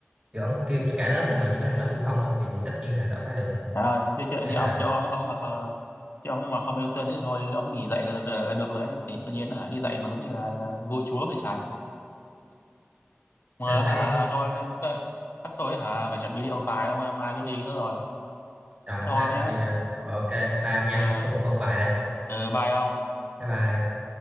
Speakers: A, on the right; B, on the left.
A: kiểu ổng kêu cho cả lớp
B: ừ.
A: nhưng mà chỉ có thằng đó xung phong lên thì tất nhiên thằng đó phải được
B: trời ơi chứ chứ,
A: ấy
B: chứ ông
A: rồi
B: cho ông, ông mà ờ, chứ ông mà không yêu thương thì thôi ông mới nghỉ dạy là, là, là được rồi đấy thì tự nhiên hả đi dạy mà giống như là à, vua chúa vậy trái mà
A: tôi
B: hả
A: thấy
B: thôi ta, chắc tôi hả phải chuẩn bị đi ôn bài ông ơi mai tôi thi nữa rồi
A: trời
B: Thế thôi
A: mai
B: ông
A: ông
B: nhá
A: thi à. Rồi, ok bao nha
B: ờ
A: chắc tôi cũng ôn bài đây
B: ờ bye ông
A: bye bye